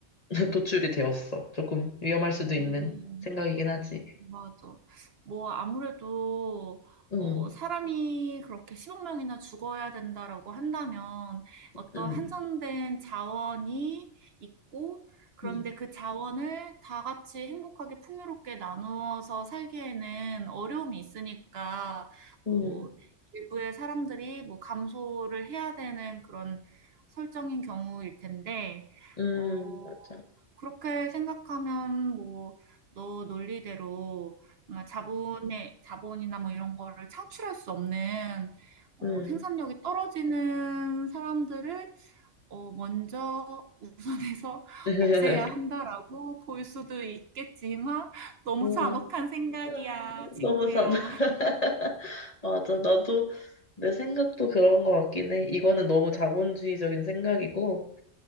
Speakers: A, on the left; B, on the right.
A: <laughs> 도출이 되었어. 조금 위험할 수도 있는
B: 어.
A: 생각이긴 하지.
B: 맞아. 뭐, 아무래도,
A: 음,
B: 어, 사람이 그렇게 10억 명이나 죽어야 된다라고 한다면 어떤
A: 음,
B: 한정된 자원이 있고, 그런데
A: 음,
B: 그 자원을 다 같이 행복하게 풍요롭게 나누어서 살기에는 어려움이 있으니까, 뭐,
A: 음,
B: 일부의 사람들이 뭐 감소를 해야 되는 그런 설정인 경우일 텐데,
A: 음,
B: 어,
A: 맞아.
B: 그렇게 생각하면 뭐, 너 논리대로 정말 자본의 자본이나 뭐 이런 거를 창출할 수 없는 어,
A: 음.
B: 생산력이 떨어지는 사람들을 어, 먼저 우선해서
A: <laughs>
B: <laughs> 없애야 한다라고 볼 수도 있겠지만 너무
A: 음.
B: 잔혹한 생각이야,
A: 아,
B: 친구야.
A: 너무 잘.
B: <laughs>
A: <laughs> 맞아. 나도 내 생각도 그런 것 같긴 해. 이거는 너무 자본주의적인 생각이고,